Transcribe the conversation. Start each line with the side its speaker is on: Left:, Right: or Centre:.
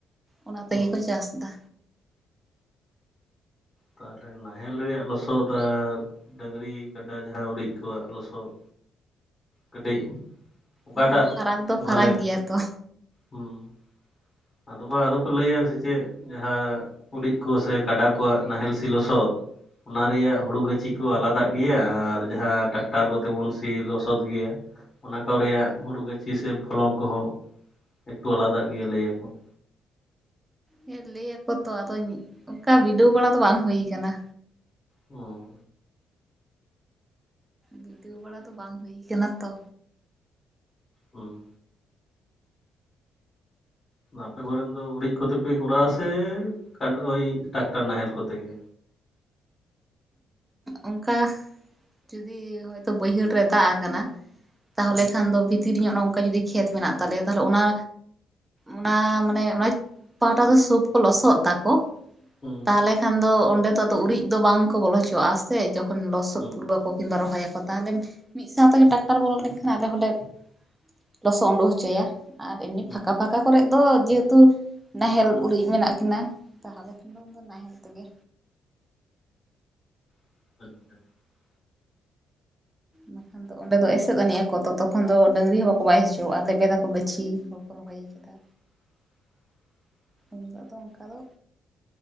Right: ᱚᱱᱟ
Left: ᱦᱩᱸ
Right: ᱛᱮᱜᱮ ᱠᱚ ᱪᱟᱥᱼᱫᱟ
Left: ᱛᱟᱦᱚᱞᱮ ᱱᱟᱦᱮᱞ ᱨᱮᱭᱟᱜ ᱞᱚᱥᱚᱫ ᱟᱨ ᱰᱟᱹᱝᱨᱤ ᱠᱟᱰᱟ ᱡᱟᱦᱟᱸ ᱩᱨᱤᱡ ᱠᱚᱣᱟᱜ ᱞᱚᱥᱚᱫ ᱠᱟᱹᱴᱤᱡ ᱚᱠᱟᱴᱟᱜ
Right: ᱦᱩᱸ ᱯᱷᱟᱨᱟᱠ ᱫᱚ
Left: ᱵᱷᱟᱞᱮ
Right: ᱯᱷᱟᱨᱟᱠ ᱜᱮᱭᱟ ᱛᱚ
Left: ᱦᱩᱸ ᱟᱫᱚ ᱵᱟ ᱟᱫᱚ ᱠᱚ ᱞᱟᱹᱭᱟ ᱥᱮ ᱪᱮᱫ ᱡᱟᱦᱟᱸ ᱩᱨᱤᱡ ᱠᱚ ᱥᱮ ᱠᱟᱰᱟ ᱠᱚᱣᱟᱜ ᱱᱟᱦᱮᱞ ᱥᱤ ᱞᱚᱥᱚᱫ ᱚᱱᱟ ᱨᱮᱭᱟᱜ ᱦᱩᱲᱩ ᱜᱟᱹᱪᱷᱤ ᱠᱚ ᱟᱞᱟᱫᱟᱜ ᱜᱮᱭᱟ ᱟᱨ ᱡᱟᱦᱟᱸ ᱴᱨᱟᱠᱴᱟᱨ ᱠᱚᱛᱮ ᱵᱚᱱ ᱥᱤ ᱞᱚᱥᱚᱫ ᱜᱮᱭᱟ ᱚᱱᱟ ᱠᱚ ᱨᱮᱭᱟᱜ ᱦᱩᱲᱩ ᱜᱟᱹᱪᱷᱤ ᱥᱮ ᱯᱷᱚᱞᱚᱱ ᱠᱚᱦᱚᱸ ᱮᱠᱴᱩ ᱟᱞᱟᱫᱟᱜ ᱜᱮᱭᱟ ᱞᱟᱹᱭᱟ ᱠᱩ ᱚ <unintelligible>
Right: ᱦᱮᱸ ᱞᱟᱹᱭ ᱟᱠᱚ ᱛᱚ ᱟᱫᱚ ᱚᱱᱠᱟ ᱵᱤᱰᱟᱹᱣ ᱵᱟᱲᱟ ᱫᱚ ᱵᱟᱝ ᱦᱩᱭ ᱟᱠᱟᱱᱟ
Left: ᱦᱮᱸ
Right: ᱵᱤᱰᱟᱹᱶ ᱵᱟᱲᱟ ᱫᱚ ᱵᱟᱝ ᱦᱩᱭ ᱠᱟᱱᱟ ᱛᱚ
Left: ᱦᱩᱸ ᱟᱯᱮ ᱠᱚᱨᱮᱱ ᱫᱚ ᱩᱨᱤᱡ ᱠᱚᱛᱮ ᱯᱮ ᱠᱚᱨᱟᱣᱟ ᱥᱮ ᱳᱭ ᱴᱟᱠᱴᱟᱨ ᱱᱟᱦᱮᱞ ᱠᱚᱛᱮ ᱜᱮ
Right: ᱚᱱᱠᱟ ᱡᱩᱫᱤ ᱦᱚᱭᱛᱳ ᱵᱟᱹᱭᱦᱟᱹᱲ ᱨᱮ ᱫᱟᱜ ᱟᱠᱟᱱᱟ ᱛᱟᱦᱚᱞᱮ
Left: ᱦᱩᱸ
Right: ᱠᱷᱟᱱ ᱫᱚ ᱵᱷᱤᱛᱤᱨ ᱧᱚᱜ ᱝᱠᱟ ᱡᱚᱫᱤ ᱠᱷᱮᱛ ᱢᱮᱱᱟᱜ ᱛᱟᱞᱮᱭᱟ ᱛᱟᱦᱚᱞᱮ ᱚᱱᱟ ᱚᱱᱟ ᱢᱟᱱᱮ ᱚᱱᱟ ᱯᱟᱦᱴᱟ ᱫᱚ ᱥᱩᱵ ᱠᱚ ᱞᱚᱥᱚᱫ ᱫᱟᱠᱚ
Left: ᱦᱩᱸ
Right: ᱛᱟᱦᱚᱞᱮ ᱠᱷᱟᱱ ᱫᱚ ᱚᱸᱰᱮ ᱫᱚ ᱟᱫᱚ ᱩᱨᱤᱡ ᱫᱚ ᱵᱟᱝ ᱠᱚ ᱵᱚᱞᱚ ᱦᱚᱪᱚᱼᱟ ᱥᱮ ᱡᱚᱠᱷᱚᱱ ᱞᱚᱥᱚᱫ
Left: ᱦᱩᱸ
Right: ᱯᱩᱨᱩᱜ ᱟᱠᱚ ᱠᱤᱱᱵᱟ ᱨᱚᱦᱚᱭ ᱟᱠᱚ ᱛᱟᱦᱚᱞᱮ ᱢᱤᱫ ᱥᱟᱶ ᱛᱮᱜᱮ ᱴᱟᱠᱴᱟᱨ ᱵᱚᱞᱚ ᱞᱮᱱᱠᱷᱟᱱ ᱟᱞᱮ ᱦᱚᱸᱞᱮ <inaudible> ᱞᱚᱥᱚᱫ ᱩᱰᱩᱠ ᱦᱚᱪᱚᱭᱟ ᱟᱨ ᱮᱢᱱᱤ
Left: ᱦᱩᱸ
Right: ᱯᱷᱟᱠᱟ ᱯᱷᱟᱠᱟ ᱠᱚᱨᱮ ᱫᱚ ᱡᱮᱦᱮᱛᱩ ᱱᱟᱦᱮᱞ ᱩᱨᱤᱡ ᱢᱮᱱᱟᱜ ᱠᱤᱱᱟ ᱛᱟᱦᱚᱞᱮ ᱠᱷᱟᱱ ᱫᱚ ᱩᱱ ᱫᱚ ᱱᱟᱦᱮᱞ ᱛᱮᱜᱮ
Left: <inaudible>
Right: ᱵᱟᱠᱷᱟᱱ ᱫᱚ ᱚᱸᱰᱮ ᱫᱚ ᱮᱥᱮᱫ ᱟᱹᱱᱤᱡ ᱟᱠᱚ ᱛᱚ ᱛᱚᱠᱷᱚᱱ ᱫᱚ ᱰᱟᱹᱝᱨᱤ ᱦᱚᱸ ᱵᱟᱠᱚ ᱵᱟᱭ ᱦᱚᱪᱚᱣᱟᱜᱼᱟ ᱞᱮᱵᱮᱫᱟᱠᱚ ᱜᱟᱹᱪᱷᱤ ᱨᱚᱦᱚᱭ ᱠᱟᱫᱟ
Left: <unintelligible>
Right: ᱩᱱᱫᱚ ᱫᱚ ᱟᱫᱚ ᱚᱱᱠᱟ ᱫᱚ